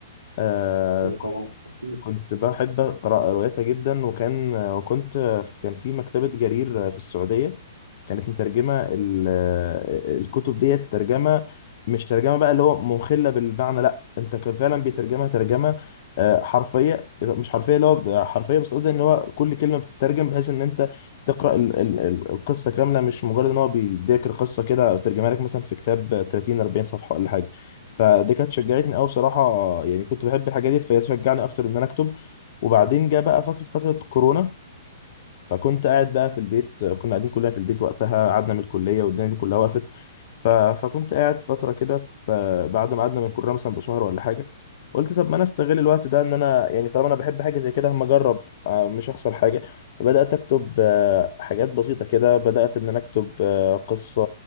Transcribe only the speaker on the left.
آه
كنت بحب أقرأ رواياتها جدا وكان وكنت كان في مكتبة جرير في السعودية كانت مترجمة ال- الكتب ديت ترجمة مش ترجمة بقى اللي هو مخلة بالمعنى لا انت كان فعلا بيترجمها ترجمة آه، حرفية مش حرفية اللي هو حرفية بس قصدي ان هو كل كلمة بتترجم بحيث ان انت تقرأ ال- ال- ال- القصة كاملة مش مجرد ان هو بيديك القصة كده ترجمها لك مثلا في كتاب 30 40 صفحة ولا حاجة فدي كانت شجعتني قوي بصراحه يعني كنت بحب الحاجات دي فهي شجعني اكتر ان انا اكتب وبعدين جه بقى فكره فتره كورونا فكنت قاعد بقى في البيت كنا قاعدين كلنا في البيت وقتها قعدنا من الكلية والدنيا دي كلها وقفت ف... فكنت قاعد فترة كده ف- بعد ما قعدنا من الكلية مثلا بشهر ولا حاجة قلت طب ما انا استغل الوقت ده ان انا يعني طالما انا بحب حاجة زي كده هما اجرب آه، مش هخسر حاجة فبدأت اكتب آه، حاجات بسيطة كده بدأت ان انا اكتب آه، قصة